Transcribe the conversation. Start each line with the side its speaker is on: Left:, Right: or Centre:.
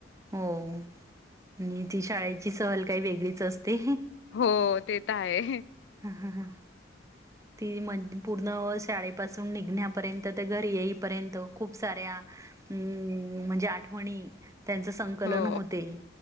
Right: हो नी ती शाळेची सहल काही वेगळीच असते.
Left: हो ते त आहे.
Right: हा हा हा! ती म पूर्ण शाळेपासून निघण्यापर्यंत त घरी येईपर्यंत खूप साऱ्या हूं म्हणजे आठवणी त्यांच संकलन
Left: हो
Right: होते